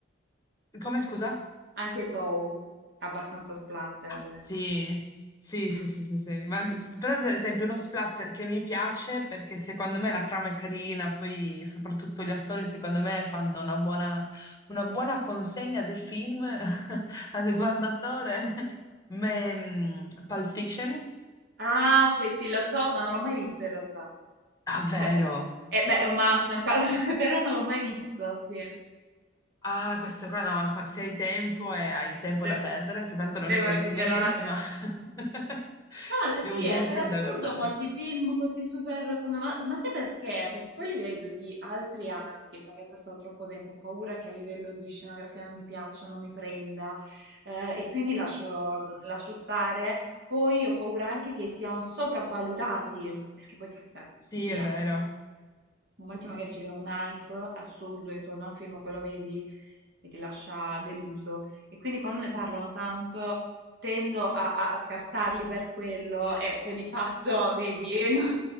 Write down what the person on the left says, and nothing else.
Come scusa?
Sì, sì,
sì, sì, sì, sì. Ma, d- però ad esempio uno splatter che mi piace perché secondo me la trama è carina, poi soprattutto gli attori secondo me fanno una buona, una buona consegna del film <laughs> al guardatore. Ma, mm, Pulp Fiction?
Ah, vero.
Ah, questo qua no, qua- se hai tempo e hai tempo
da perdere, che tanto non
è che
insegna niente, ma <laughs>
è
un buon
film
da guardare.
Sì,
è
vero.